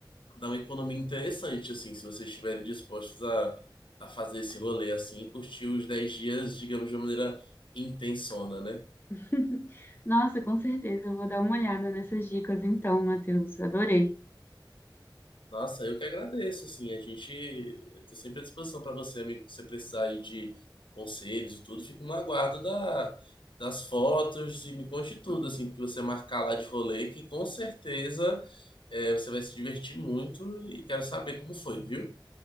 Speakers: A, on the left (about 80°); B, on the left (about 25°).
A: dá uma economia interessante, assim, se vocês estiverem dispostos a, a fazer esse rolê, assim, e curtir os 10 dias, digamos, de uma maneira intensona, né?
B: <laughs> Nossa, com certeza, eu vou dar uma olhada nessas dicas então, Matheus. Adorei.
A: Nossa, eu que agradeço, assim, a gente, eu tô sempre à disposição para você, amigo, se você precisar aí de conselhos e tudo, fico no aguardo da, das fotos e me conte tudo, assim, que você marcar lá de rolê, que com certeza é, você vai se divertir muito e quero saber como foi, viu?